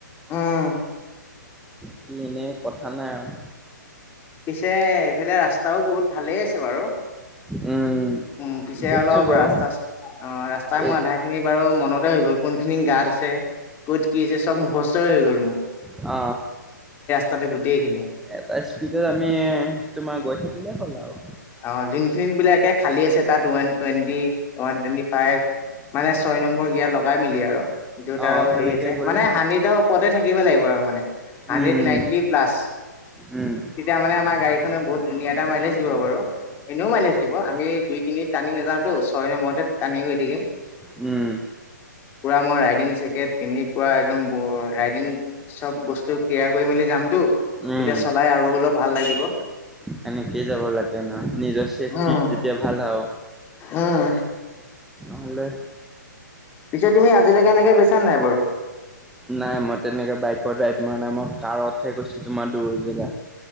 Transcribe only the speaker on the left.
উম
পিছে এইফালে ৰাস্তাও বহুত ভালে আছে। বাৰু
উম পিছে
অলও
ৰাস্তা চ্ত অ ৰাস্তাই মোৰ
আধা খিনি বাৰু মনতে হৈ গ'ল কোন খিনি গাত আছে, ক'ত কি আ হৈছে চব গছৰ হৈ গ'ল মোৰ।
তাতে গোটেইখিনি।
অ যোনখিনি বিলাকে খালী আছে তাত one twenty, one twenty five মানে ছয় নম্বৰ গিয়েৰ লগাই মেলি আৰু য'ত
আৰু
হেৰি আছে
মানে
হান্দ্ৰেতৰ ওপৰতে থাকিব লাগিব আৰু। হান্দেত
নাইনতি প্লাছ
তেতিয়া মানে আমাৰ গাড়ি বহুত ধুনীয়া এটা মাইলেজ দিব বাৰু। এনেও মাইলেজ দিব আমি দুই তিনি টানি নাযাওঁটো ছয় নম্বৰতে টানি থাকিম
পুৰা মই ৰাইডিং জেকেট পিন্ধি পুৰা একদম ৰাইডিং চব বস্তু ক্লিয়াৰ কৰি মেলি যামতটো, তেতিয়া
চলাই আৰু অলপ ভাল লাগিব।
উম
উম
পিছে তুমি আজিলৈকে এনেকে গৈছা নে নাই বাৰু।